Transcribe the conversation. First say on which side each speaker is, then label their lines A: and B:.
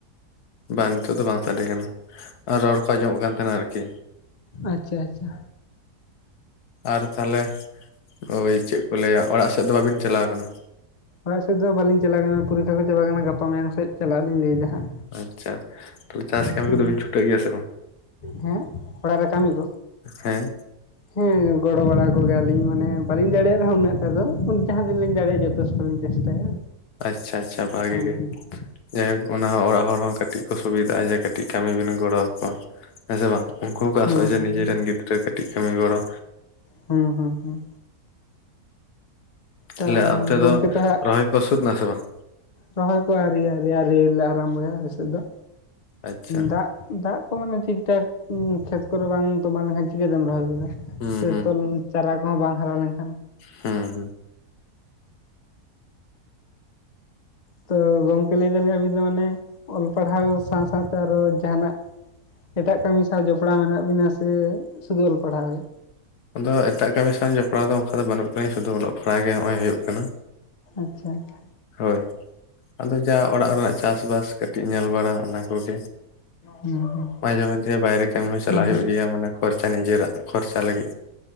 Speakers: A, on the left; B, on the left.
A: ᱵᱟᱝ ᱱᱤᱛᱚᱜ ᱫᱚ ᱵᱟᱝ ᱥᱟᱰᱮ ᱠᱟᱱᱟ ᱟᱨ ᱨᱚᱲ ᱠᱚ ᱟᱸᱡᱚᱢᱚᱜ ᱠᱟᱱ ᱛᱟᱦᱮᱸᱱᱟ ᱟᱨᱠᱤ
B: ᱟᱪᱪᱷᱟ ᱟᱪᱪᱷᱟ ᱟᱪᱪᱷᱟ
A: ᱟᱨ ᱛᱟᱦᱞᱮ ᱳᱭ ᱪᱮᱫ ᱠᱚ ᱞᱟᱹᱭᱟ ᱚᱲᱟᱜ ᱥᱮᱫ ᱫᱚ ᱵᱟᱹᱵᱤᱱ ᱪᱟᱞᱟᱣ ᱟᱠᱟᱱᱟ
B: ᱚᱲᱟᱜ ᱥᱮᱫ ᱫᱚ ᱵᱟᱞᱤᱧ ᱪᱟᱞᱟᱜ ᱠᱟᱱᱟ ᱯᱚᱨᱤᱠᱷᱟ ᱠᱚ ᱪᱟᱵᱟᱜ ᱠᱟᱱᱟ ᱜᱟᱯᱟ ᱢᱮᱭᱟᱝ ᱥᱮᱫ ᱪᱟᱞᱟᱜ ᱞᱤᱧ ᱞᱟᱹᱭᱮᱫᱟ ᱦᱟᱸᱜ
A: ᱟᱪᱪᱷᱟ ᱛᱚᱞᱮ ᱪᱟᱥ ᱠᱟᱹᱢᱤ
B: ᱱᱤᱛᱚᱜ
A: ᱠᱚᱫᱚ
B: ᱫᱚ
A: ᱵᱤᱱ ᱪᱷᱩᱴᱟᱹᱜ ᱜᱮᱭᱟ ᱥᱮ ᱵᱟᱝ
B: ᱦᱮᱸ ᱚᱲᱟᱜ ᱨᱮ ᱠᱟᱹᱢᱤ ᱠᱚ
A: ᱦᱮᱸ
B: ᱦᱮᱸ ᱜᱚᱲᱚ ᱵᱟᱲᱟ ᱠᱚᱜᱮᱭᱟᱞᱤᱧ ᱢᱟᱱᱮ ᱵᱟᱞᱤᱧ ᱫᱟᱲᱮᱭᱟᱜ ᱨᱮᱦᱚᱸ ᱩᱱᱟᱹᱜ ᱛᱮ ᱫᱚ ᱡᱟᱦᱟᱸ ᱫᱤᱱ ᱞᱤᱧ ᱫᱟᱲᱮᱭᱟᱜᱼᱟ ᱡᱚ ᱛᱚᱥᱴᱚ ᱞᱤᱧ ᱪᱮᱥᱴᱟᱭᱟ᱾
A: ᱟᱪᱪᱷᱟ ᱟᱪᱪᱷᱟ ᱵᱷᱟᱜᱮ
B: ᱠᱟᱹᱢᱤ
A: ᱜᱮ
B: ᱨᱮᱱᱟᱜ
A: ᱡᱟᱭ ᱦᱳᱠ ᱚᱱᱟ ᱦᱚᱸ ᱚᱲᱟᱜ ᱦᱚᱲ ᱦᱚᱸ ᱠᱟᱴᱤᱡ ᱠᱚ ᱥᱩᱵᱤᱫᱷᱟᱜᱼᱟ ᱡᱮ ᱠᱟᱹᱴᱤᱡ ᱠᱟᱹᱢᱤ ᱵᱮᱱ ᱜᱚᱲᱚ ᱟᱠᱚᱣᱟ ᱦᱮᱸ ᱥᱮ ᱵᱟᱝ ᱩᱱᱠᱩ ᱦᱚᱸᱠᱚ
B: ᱦᱩᱸ
A: ᱟᱥᱚᱜᱼᱟ ᱡᱮ
B: ᱦᱩᱸ
A: ᱱᱤᱡᱮᱨᱮᱱ
B: ᱦᱩᱸ
A: ᱜᱤᱫᱽᱨᱟᱹ ᱠᱟᱹᱴᱤᱡ ᱠᱟᱹᱢᱤ ᱜᱚᱲᱚ
B: ᱦᱩᱸ ᱦᱩᱸ ᱦᱩᱸ
A: ᱛᱟᱦᱞᱮ
B: ᱛᱟ
A: ᱚᱱᱛᱮ
B: ᱜᱚᱢᱠᱮ
A: ᱫᱚ
B: ᱛᱟᱦᱟᱜ
A: ᱨᱚᱦᱚᱭ ᱠᱚ ᱥᱟᱹᱛ ᱮᱱᱟ ᱥᱮ ᱵᱟᱝ
B: ᱨᱚᱦᱚᱭ ᱠᱚ ᱟᱨᱤᱭᱟ ᱟᱨᱤᱞᱮ ᱟᱨᱟᱢᱵᱚᱭᱟ ᱟᱞᱮ ᱥᱮᱫ ᱫᱚ
A: ᱟᱪᱪᱷᱟ
B: ᱫᱟᱜ ᱫᱟᱜ ᱠᱚ ᱢᱟᱱᱮ ᱴᱷᱤᱠᱴᱷᱟᱠ ᱠᱷᱮᱛ ᱠᱚᱨᱮ ᱵᱟᱝ ᱛᱚᱢᱵᱟ ᱞᱮᱱᱠᱷᱟᱱ ᱪᱤᱠᱟᱹ ᱛᱮᱢ ᱨᱚᱦᱚᱭ ᱜᱚᱫᱟ
A: ᱦᱩᱸ
B: ᱥᱮ ᱛᱚᱞ ᱪᱟᱨᱟ ᱠᱚᱦᱚᱸ ᱵᱟᱝ ᱦᱟᱨᱟ ᱞᱮᱱᱠᱷᱟᱱ
A: ᱦᱮᱸ ᱦᱮᱸ
B: ᱛᱚ ᱜᱚᱝᱠᱮ ᱞᱟᱹᱭ ᱫᱟᱞᱤᱧ ᱟᱵᱤᱱ ᱫᱚ ᱢᱟᱱᱮ ᱚᱞ ᱯᱟᱲᱦᱟᱣ ᱥᱟᱶ ᱥᱟᱶ ᱛᱮ ᱟᱨᱚ ᱡᱟᱦᱟᱱᱟᱜ ᱮᱴᱟᱜ ᱠᱟᱹᱢᱤ ᱥᱟᱶ ᱡᱚᱯᱲᱟᱣ ᱢᱮᱱᱟᱜ ᱵᱤᱱᱟ ᱥᱮ ᱥᱩᱫᱩ ᱚᱞ ᱯᱟᱲᱦᱟᱣ ᱨᱮ ᱜᱤ
A: ᱟᱫᱚ ᱮᱴᱟᱜ ᱠᱟᱹᱢᱤ ᱥᱟᱶ ᱡᱚᱯᱲᱟᱣ ᱫᱚ ᱚᱱᱠᱟ ᱫᱚ ᱵᱟᱹᱱᱩᱜ ᱟᱫᱤᱧ ᱥᱩᱫᱩ ᱚᱞᱚᱜ ᱯᱟᱲᱦᱟᱜ ᱜᱮ ᱦᱚᱜᱼ ᱚᱭ ᱦᱩᱭᱩᱜ ᱠᱟᱱᱟ᱾
B: ᱟᱪᱪᱷᱟ ᱟᱪᱪᱷᱟ
A: ᱦᱳᱭ ᱟᱫᱚ ᱡᱟᱣ ᱚᱲᱟᱜ ᱨᱮᱱᱟᱜ ᱪᱟᱥ ᱵᱟᱥ ᱠᱟᱹᱴᱤᱡ ᱧᱮᱞ ᱵᱟᱲᱟ ᱚᱱᱟ ᱠᱚᱜᱮ
B: ᱦᱮᱸ ᱦᱮᱸ
A: ᱢᱟᱡᱷᱮ ᱢᱟᱫᱷᱮ ᱵᱟᱭᱨᱮ ᱠᱟᱹᱢᱤ ᱦᱚᱸ ᱪᱟᱞᱟᱜ
B: ᱦᱮᱸ
A: ᱦᱩᱭᱩᱜ ᱜᱮᱭᱟ ᱢᱟᱱᱮ ᱠᱷᱚᱨᱪᱟ ᱱᱤᱡᱮᱨᱟᱜ ᱠᱷᱚᱨᱪᱟ ᱞᱟᱹᱜᱤᱫ